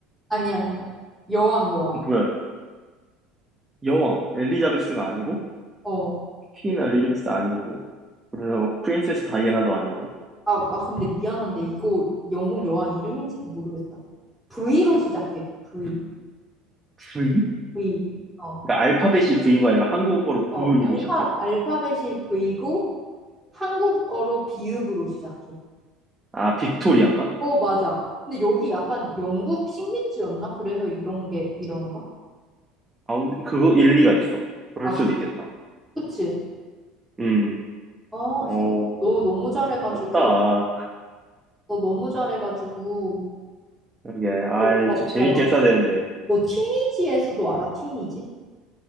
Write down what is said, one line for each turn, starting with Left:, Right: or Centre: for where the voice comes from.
Centre: 아니, 아니야. 여왕, 여왕.
Right: 뭐야, 여왕. 엘리자베스가 아니고,
Centre: 어.
Right: 퀸 엘리자베스 아니고, 그래서 프린세스 다이애나도 아니고,
Centre: 아, 아, 근데 미안한데 이거 영국 여왕 이름인지도 모르겠다. V로 시작해. V.
Right: V?
Centre: V. 어.
Right: 그러니까 알파벳이 V인 거아니면 한국어로
Centre: 어.
Right: V로
Centre: 알파,
Right: 시작해?
Centre: 알파벳이 V고 한국어로 비읍으로 시작해.
Right: 아, 빅토리아인가?
Centre: 어, 맞아. 근데 여기 약간 영국 식민지였나? 그래서 이런 게 이런가?
Right: 아, 근데 그거 일리가 있어. 그럴
Centre: 아,
Right: 수도 있겠다.
Centre: 그치.
Right: 음,
Centre: 아,
Right: 어,
Centre: 진짜 너 너무 잘해가지고.
Right: 어렵다.
Centre: 너 너무 잘해가지고
Right: 이게, 아,
Centre: 오, 오빠
Right: 좀 재밌게
Centre: 야, 너,
Right: 했어야 되는데.
Centre: 너 티니지의 수도 알아? 티니지?